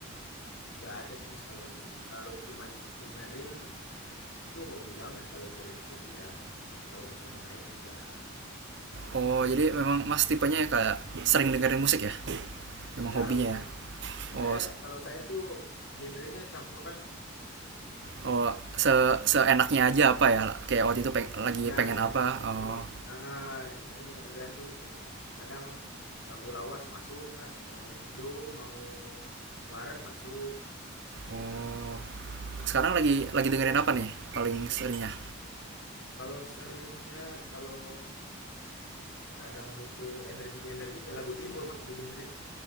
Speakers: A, on the left (about 65°); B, on the right (about 55°).
A: Nggak ada sih Mas kalau musik. Kalau cuman dengerin itu hobi banget kalau dengerin musik iya, tapi kalau misalnya main enggak.
B: oh jadi memang mas tipenya ya kayak sering dengerin musik ya memang
A: Iya,
B: hobinya
A: benar
B: ya
A: Mas.
B: oh
A: Kayak kalau saya tuh genrenya campuran Mas.
B: oh se seenaknya aja apa ya kayak waktu itu peng lagi
A: Ya,
B: pengen
A: seenak.
B: apa oh
A: Terus, ah, ya, ya tergantung itu. Kadang lagu lawas masuk, Mas. Mau Indo, mau Barat masuk.
B: oh sekarang
A: Hmm.
B: lagi lagi
A: Mau,
B: dengerin apa nih paling seringnya
A: kalau seringnya, kalau kadang butuh energik-energik, ya lagu Timur, Mas, didengerin.